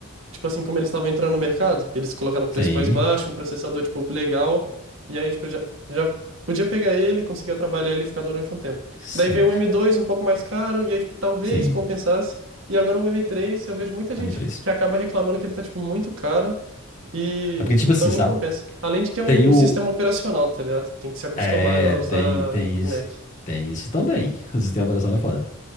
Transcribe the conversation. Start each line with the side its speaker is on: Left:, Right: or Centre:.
Right: Tipo assim, como eles estavam entrando no mercado, eles colocaram um
Left: Sim,
Right: preço mais baixo, um processador, tipo, legal. E aí, tipo, já, já podia pegar ele, conseguia trabalhar ele e ficar durante um tempo.
Left: sim,
Right: Daí veio o m dois um pouco mais caro, e aí, tipo, talvez
Left: sim.
Right: compensasse. E agora o m três eu vejo muita gente
Left: A M3.
Right: que acaba reclamando que ele tá, tipo, muito caro, e
Left: É porque, tipo
Right: então
Left: assim,
Right: nem
Left: sabe?
Right: compensa. Além de que é o,
Left: Tem o.
Right: o sistema operacional, tá ligado? Tem que se acostumar
Left: É,
Right: a usar
Left: tem, tem isso.
Right: Mac.
Left: Tem isso também. <laughs> O sistema operacional é foda.